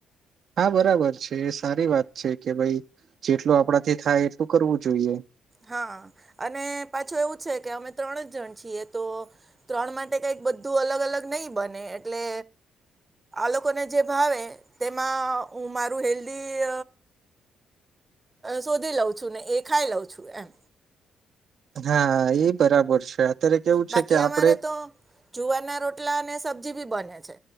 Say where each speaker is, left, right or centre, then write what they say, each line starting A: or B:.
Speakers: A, on the right; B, on the right.
A: હા બરાબર છે એ સારી વાત છે કે ભાઈ જેટલું આપડાથી થાય ું કરવું જોઈએ.
B: હા અને પાછું એવું છે કે અમે ત્રણ જ જણ તો ત્રણ માટે કક બધું અલગ અલગ નહી બને એટલે લોકોને જે ભાવે તેમાં હ મારું હેલ્ધ
A: <inaudible>
B: શોધી લઉં છું ને એ ખાઈ લઉં છું એમ
A: હા એ બરાબર છે અત્યારે કેવું
B: બાકી
A: છે કે આપડે
B: અમારે તો જુવારના રોટલા અને સબ્જી બી બને છે.